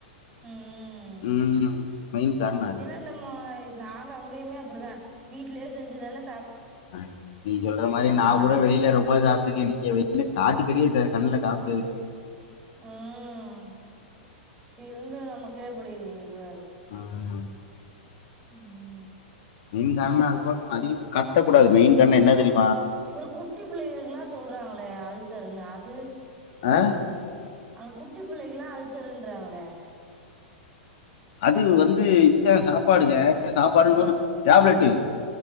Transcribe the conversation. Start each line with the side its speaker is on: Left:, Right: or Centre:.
Right: ம்
Left: ம் மெயின் காரண அது
Right: இதான் நம்ம நாங்க அங்கயுமே அப்டிதா வீட்லயே செஞ்சுது தானே
Left: அ நீ சொல்ற மாரி நா
Right: வாங்குனதே
Left: கூட
Right: இல்ல
Left: வெளியில ரொம்ப சாப்பிட்டு இருக்கன் நீங்க வெளில காட்டு கரி த கண்ல காம்ச்சதுல
Right: ம் இருந்த நமக்கு இப்புடி இதுவாரு
Left: ஆ
Right: ம் ம்
Left: மெயின் காரண அது <inaudible> அதிகமா கத்தக்கூடாது மெயின் காரணொ என்ன தெரியு
Right: அப்புறொ குட்டி புள்ளைங்களுக்குல்லா சொல்றாங்களே அல் சர்னு அது
Left: அ
Right: அங்க குட்டி புள்ளைக்குல்லா அல்சருன்றாங்களே
Left: அது வந்து இதுதா சாப்பாடுதே சாப்பாடு இன்னோனு டேப்லெட்டு்